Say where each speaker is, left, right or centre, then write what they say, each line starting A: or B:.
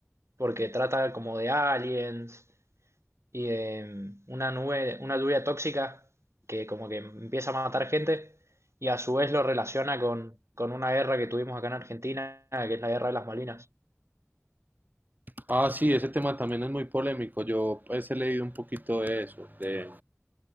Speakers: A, on the right; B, on the right.
A: porque trata como de aliens y de mm, una nube, una lluvia tóxica que como que empieza a matar gente y a su vez lo relaciona con, con una guerra que tuvimos acá en Argentina, que es la guerra de las Malinas.
B: Ah, sí, ese tema también es muy polémico. Yo pues he leído un poquito de eso, de,